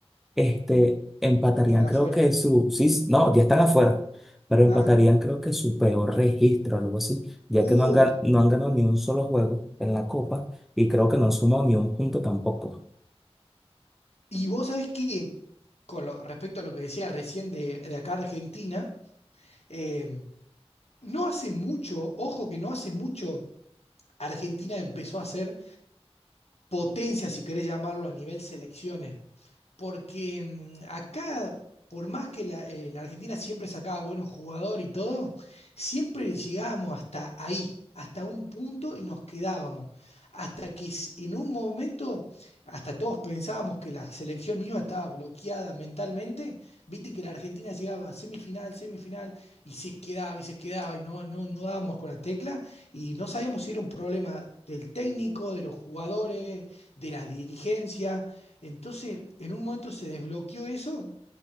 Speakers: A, in the centre; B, on the left (about 75°).
A: este,
B: mm,
A: empatarían,
B: quedan
A: creo
B: afuera.
A: que su, sí, no, ya están afuera, pero empatarían,
B: Ah,
A: creo que su peor registro, algo así, ya
B: uh.
A: que no han, gan- no han ganado ni un solo juego en la Copa y creo que no han sumado ni un punto tampoco.
B: Y vos sabés que, con lo- respecto a lo que decía recién de, de acá Argentina, eh, no hace mucho, ojo que no hace mucho, Argentina empezó a ser potencia, si querés llamarlo, a nivel selecciones. porque mm, acá, por más que la, eh, la Argentina siempre sacaba buenos jugadores y todo, siempre llegábamos hasta ahí, hasta un punto y nos quedábamos. Hasta que s- en un momento, hasta todos pensábamos que la selección misma estaba bloqueada mentalmente, viste que la Argentina llegaba a semifinal, semifinal, y se quedaba y se quedaba y no, no, no dábamos con la tecla y no sabíamos si era un problema del técnico, de los jugadores, de la dirigencia. Entonces, en un momento se desbloqueó eso